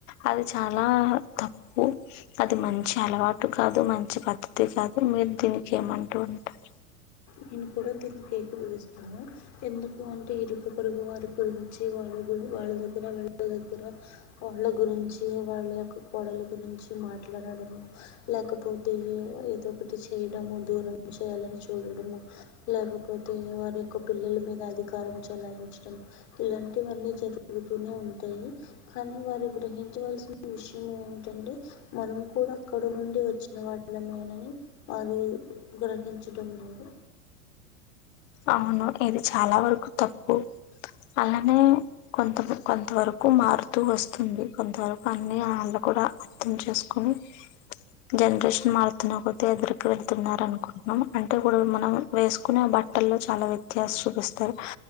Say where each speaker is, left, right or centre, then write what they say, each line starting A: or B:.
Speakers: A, on the left; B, on the left.
A: అది చాలా తప్పు అది మంచి అలవాటు కాదు మంచి పద్ధతి కాదు మీరు దీనికి ఏమంటూ ఉంటారు
B: నేను కూడా దీనికి ఏకీభవిస్తాను ఎందుకు అంటే ఇరుక పొరుగు వారి గురించి వాళ్ళ గురి వాళ్ళ దగ్గర వాళ్ళ దగ్గర వాళ్ళ గురించి వాళ్ళ యొక్క కోడల గురించి మాట్లాడడము లేకపోతే ఏదో ఒకటి చేయడము దూరం చేయాలని చూడడము లేకపోతే వారి యొక్క పిల్లల మీద అధికారం చెలాయించడం ఇలాంటివన్నీ జరుగుతూనే ఉంటాయి కానీ వారు గ్రహించవలసిన విషయం ఏమిటంటే మనం కూడా అక్కడ నుండి వచ్చిన వాళ్ళమేనని వారి గ్రహించడం లేదు
A: అవును ఇది చాలా వరకు తప్పు అలానే కొంత కొంత వరకు మారుతూ వస్తుంది కొంతవరకు అన్ని వాళ్ళ కూడా అర్థం చేసుకుని జనరేషన్ మారుతున్నా కొతే ఎదురికి వెళతున్నారు అనుకుంటున్నాం అంటే కూడా మనం వేసుకునే బట్ టల్లో చాలా వ్యత్యాస చూపిస్తారు